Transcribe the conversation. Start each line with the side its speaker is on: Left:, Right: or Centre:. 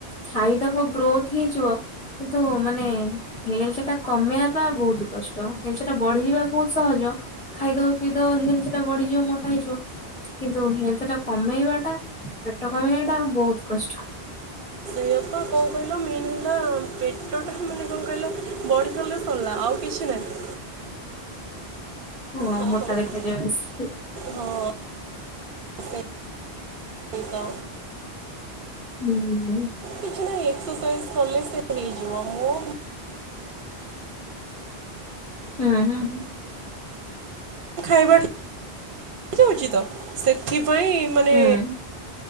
Left: ଖାଇଦବ ଗ୍ରୋଥ୍ ହେଇଯିବ କିନ୍ତୁ ମାନେ ହେଲଥ୍ ଟା କମେଆ ପା ବହୁତ କଷ୍ଟ ହେଲଥ୍ ଟା ବଢିଯିବା ବହୁତ ସହଜ ଖାଇଦବ ପିଇଦବ ହେଲ୍ଥ ଟା ବଢ଼ିଯିବ ମୋଟା ହେଇଯିବ କିନ୍ତୁ ହେଲ୍ଥ ଟା କମେଇବା ଟା ପେଟ କମେଇବା ଟା ବହୁତ କଷ୍ଟ।
Right: ଏପା କଣ କହିଲ ମେନ୍ ହେଲା ପେଟଟା ମାନେ କଣ କହିଲ ବଢ଼ି ଗଲେ ସରଲା ଆଉ କିଛି ନାହିଁ।
Left: ମ
Right: ହଁ
Left: ମୋଟା
Right: ହଉ
Left: ଦେଖାଯାଏ ବେଶୀ
Right: ହଁ ସେଇ ତ
Left: ହୁଁ।
Right: କିଛି ନାଁ ଏକ୍ସରଶା ଇଜ୍ କଲେ ସେ ହେଇଯିବ ମୁଁ
Left: ହୁଁ ହୁଁ।
Right: ଖାଇବା ହଉଛି ତ ସେଥିପାଇଁ ମାନେ
Left: ହୁଁ